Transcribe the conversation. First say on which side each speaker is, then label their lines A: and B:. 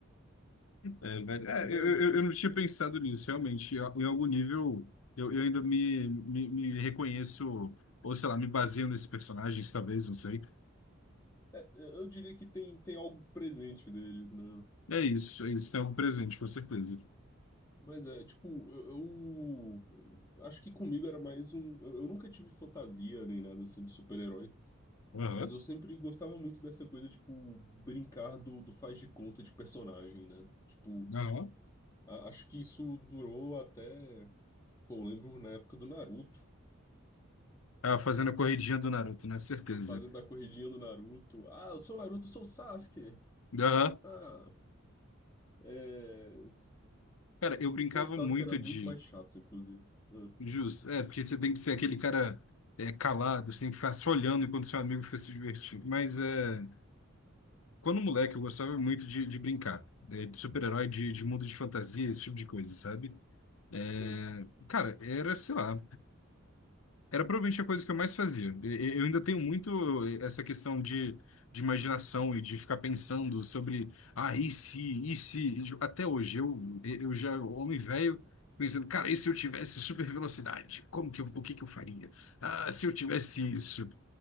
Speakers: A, on the left; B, on the left.
A: É, velho, é,
B: Mas
A: eu,
B: é, tipo,
A: eu, eu não tinha pensado nisso, realmente. Em em algum nível, eu, eu ainda me, me, me reconheço, ou sei lá, me baseio nesses personagens, talvez, não sei.
B: é, eu diria que tem, tem algo presente deles, né?
A: É isso, é isso, tem algo presente, com certeza.
B: Mas é, tipo, eu, eu- eu acho que comigo era mais um. Eu, eu nunca tive fantasia nem nada assim de super-herói,
A: Aham,
B: mas eu sempre gostava muito dessa coisa, tipo, brincar do, do faz de conta de personagem, né? Tipo,
A: aham.
B: a- acho que isso durou até. Pô, eu lembro na época do Naruto.
A: Ah, fazendo a corridinha do Naruto, né? Certeza.
B: fazendo a corridinha do Naruto. Ah, eu sou o Naruto, eu sou o Sasuke.
A: Aham.
B: Ah, é...
A: Cara, eu brincava
B: Seu Sasuke
A: muito
B: era muito
A: de.
B: mais chato, inclusive. Ah,
A: Justo, é, porque você tem que ser aquele cara é, calado, você tem que ficar só olhando enquanto seu amigo fica se divertindo. Mas é. Quando moleque, eu gostava muito de, de brincar, eh, de super-herói, de, de mundo de fantasia, esse tipo de coisa, sabe?
B: sei.
A: É, Cara, era, sei lá, era provavelmente a coisa que eu mais fazia. E- e- Eu ainda tenho muito essa questão de, de imaginação e de ficar pensando sobre, ah, e se, e se? E, tipo, Até hoje, eu, eu já, homem velho, pensando, cara, e se eu tivesse super velocidade? Como que eu, o que que eu faria? Ah, se eu tivesse isso?